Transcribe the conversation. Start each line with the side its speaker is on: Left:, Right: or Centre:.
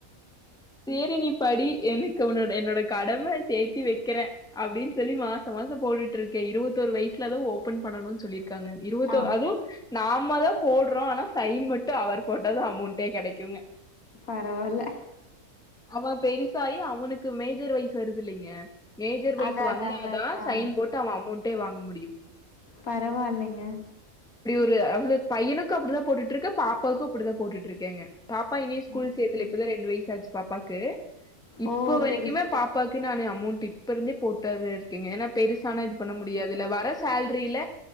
Centre: த்தி நீ படி எனக்கு உன்னோட என்னோட கடம சேத்தி வெக்கறே அப்டின் சொல்லி மாச மாச போட்டுட்ருக்கே இருவத்தோரு வயசுலாதா ஓபன் பண்ணணுன் சொல்லிருக்காங்க இருவத்தோ
Left: ஆம்
Centre: அது நாம தா போட்றோ ஆனா சைன் மட்டு அவர் போட்டாதா அமௌண்டே கெடைக்குங்க
Left: பரவால்ல
Centre: அவ பெருசாயி அவனுக்கு மேஜர் வயசு வருது இல்லிங்க மேஜர் வைஸ்
Left: அதா
Centre: வந்தாதா
Left: அதா அதா அதா
Centre: சைன் போட்டு அவ அமௌண்டே வாங்க முடியு
Left: பரவால்லங்க
Centre: து அவளுக் பையனுக்கு அப்டிதா போட்டுட்ருக்க பாப்பாவுக்கு அப்டித்தா போட்டுட்ருக்கேங்க பாப்பா இனியு ஸ்கூல்
Left: ம்
Centre: சேத்துல இப்பதா ரெண்டு வயசு ஆச்சு பாப்பாக்கு இப்ப
Left: ஓ
Centre: வரைக்குமே
Left: செரி செரி
Centre: பாப் ப்பாக்கு நானே அமௌண்ட் இப்ப இருந்தே போட்டேதா இருக்கீங்க ஏனா பெருசானா இது பண்ண முடியாதுல வர சேல்ரியில